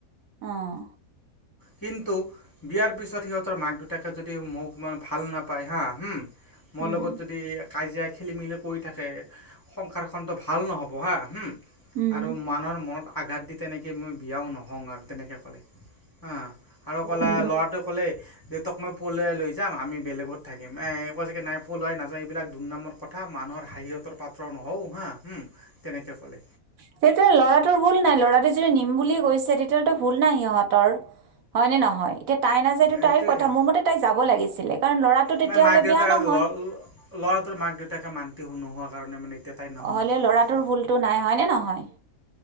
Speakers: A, on the right; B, on the left.
A: আহঁ
B: কিন্তু বিয়াৰ পিছত সিহঁতৰ মাক দেউতাকে যদি মোক মানে ভাল নাপায় হা হুম মোৰ
A: উম
B: লগত যদি কাজিয়া খেলি মেলি কৰি থাকে সংসাৰখনতটো ভাল নহ'ব হা
A: উম
B: আৰু মানুহৰ মনত আঘাত দি তেনেকৈ মই বিয়াও নহওঁ আৰু তেনেকৈ ক'লে অ আৰু কলা
A: উম
B: ল'ৰাটোৱে ক'লেই দেউতাক মই পলুৱাই লৈ যাম আমি বেলেগত থাকিম এ কোৱা চাগৈ নাই পলুৱাই নাযাওঁ এইবিলাক দুৰ্নামৰ কথা মানুহৰ হাঁহিৰঁতৰ পাত্ৰ নহওঁ হা তেনেকৈ ক'লে
A: সেইটো লৰাটোৰ ভুল নাই লৰাটো যদি নিম বুলিয়ে গৈছে তেতিয়ো ভুল নাই সিহঁতৰ হয়নে নহয় এতিয়া তাই নাযায় এইটো
B: এইটোৱে
A: তাইৰ কথা মোৰ মতে তাই যাব লাগিছিলে কাৰণ ল'ৰাটো তেতিয়াহলে
B: মানে মাক দেউতাকে
A: বেয়া নহয়
B: ল ল'ৰাটোৰ মাক দেউতাকে মান্তি নোহোৱা কাৰণে মানে এতিয়া তাই নাও
A: হলে
B: নোযোৱা
A: ল'ৰাটোৰ
B: হৈছে
A: ভুলতো নাই হয়নে নহয়